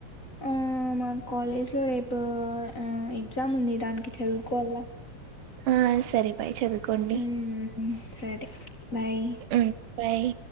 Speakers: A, on the left (about 25°); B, on the right (about 85°).
A: ఆ ఆ మా కాలేజ్ లో రేపు ఆ ఎగ్జామ్ ఉంది దానికి చదువుకోవాల్ల
B: ఆ సరే బాయ్ చదువుకోండి
A: ఊమ్ సరే బాయ్
B: మ్మ్ బాయ్